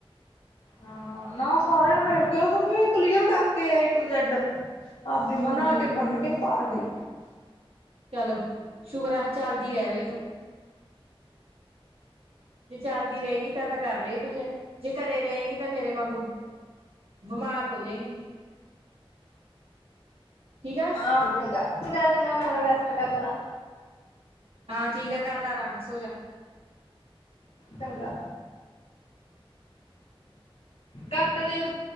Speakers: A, on the left (about 80°); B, on the right (about 80°).
A: ਹ ਨਾ ਸਾਰਿਆਂ ਨੂੰ ਨਿਬੇੜ ਕੇ ਦ ਵੀ ਕਲੀਅਰ ਕਰਕੇ ਆਈ ਏ ਟੂ ਜੈਡ। ਆਪਦੀ ਮਨਾ
B: ਹੂੰ
A: ਕੇ ਬੰਨ ਕੇ ਪਰ ਗਈ।
B: ਚਲੋ ਸ਼ੁਕਰ ਆ ਚੱਲਦੀ ਰਹਿ ਬਈ ਤੂੰ। ਜੇ ਚੱਲਦੀ ਰਹੇਗੀ ਤਾਂ- ਤਾਂ ਕਰ ਲਈ ਕੁੱਝ ਜੇ ਘਰੇ ਰਹੇਗੀ ਤਾਂ ਮੇਰੇ ਵਾਂਗੂ ਬਿਮਾਰ ਹੋ ਜਾਏਗੀ। ਠੀਕ ਆ
A: ਆਹ ਹੋ ਚੰਗਾ, ਚੰਗਾ ਵੇ ਚੰਗਾ ਮੈਂ ਹੁੰਨੇ ਰੈਸਟ ਕਰਲਾ।
B: ਹਾਂ ਠੀਕ ਆ ਕਰ ਲਾ ਆਰਾਮ, ਸੋ ਜਾ।
A: ਚੰਗਾ, ਘੱਟ ਦੇਖ।